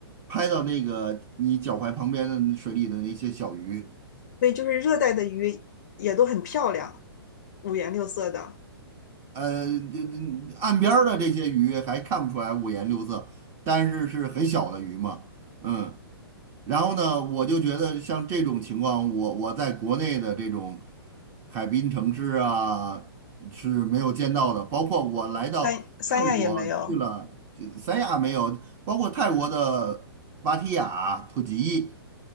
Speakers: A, on the right; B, on the left.
A: 拍到那个你脚踝旁边的水里的那些小鱼。
B: 对，就是热带的鱼也都很漂亮，五颜六色的。
A: 呃，这这岸边儿的这些鱼还看不出来五颜六色，但是是很小的鱼嘛，嗯。然后呢，我就觉得像这种情况，我我在国内的这种海滨城市啊是没有见到的。包括我来到泰国去了这三亚没有，
B: 三三亚也没有，
A: 包括泰国的芭提雅、普吉，